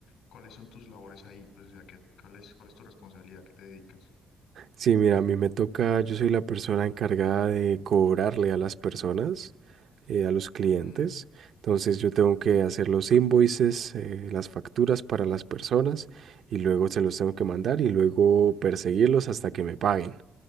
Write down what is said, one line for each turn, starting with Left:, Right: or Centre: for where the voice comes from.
Left: cuáles son tus labores ahí? Pues, o sea, ¿qué, cuál es, cuál es tu responsabilidad? ¿A ¿Qué te dedicas?
Right: Sí, mira, a mí me toca, yo soy la persona encargada de cobrarle a las personas, eh, a los clientes.
Left: Mm,
Right: Entonces yo tengo que hacer los invoices, eh, las facturas para las personas y luego se los tengo que mandar y luego perseguirlos hasta que me paguen.